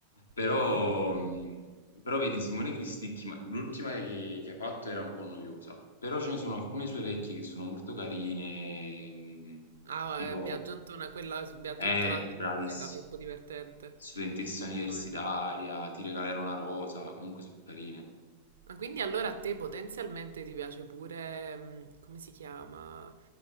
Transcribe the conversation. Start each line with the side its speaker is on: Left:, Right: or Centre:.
Left: Però,
Right: No, ma sì.
Left: mh, però vedi, Simone Cristicchi, ma l'ultima che, che ha fatto era un po' noiosa, però ce ne sono alcune sue vecchie che sono molto carine, mh,
Right: Ah,
Left: tipo,
Right: eh, Biagiontona, quella su Biagiontonacci
Left: eh, bravissima,
Right: fu- era troppo divertente,
Left: studentessa
Right: effettivamente.
Left: universitaria, ti regalerò una rosa, comunque sono carine.
Right: Ma quindi allora a te potenzialmente ti piace pure, mm, come si chiama,